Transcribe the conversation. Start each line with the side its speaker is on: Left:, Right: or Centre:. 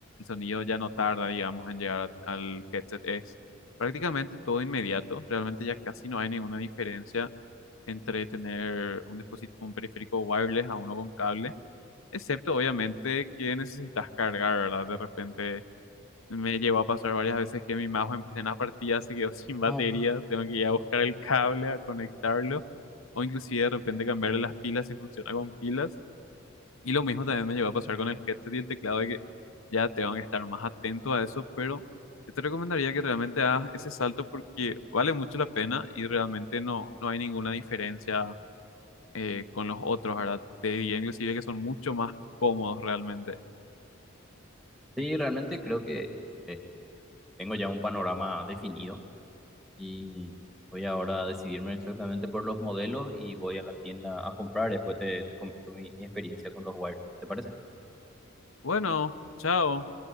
Left: sonido ya no tarda, digamos, en llegar a- al headset. Es prácticamente todo inmediato, realmente ya casi no hay ninguna diferencia entre tener un dispositivo, un periférico wireless a uno con cable, excepto obviamente que necesitas cargar, ¿verdad? De repente me llegó a pasar varias veces que mi mouse en plena partida se quedó <laughs> sin batería,
Centre: No,
Left: tengo que ir a buscar el cable a conectarlo, o inclusive de repente cambiarle las pilas si funciona con pilas. Y lo mismo también me llegó a pasar con el headset y el teclado de que ya tengo que estar más atento a eso, pero yo te recomendaría que realmente hagas ese salto porque vale mucho la pena y realmente no, no hay ninguna diferencia eh, con los otros, ¿verdad? Te diría inclusive que son mucho más cómodos realmente.
Centre: sí, realmente creo que eh, tengo ya un panorama definido y voy ahora a decidirme exactamente por los modelos y voy a la tienda a comprar. Después te, te comento mi, mi experiencia con los wireless, ¿te parece?
Left: Bueno, chao.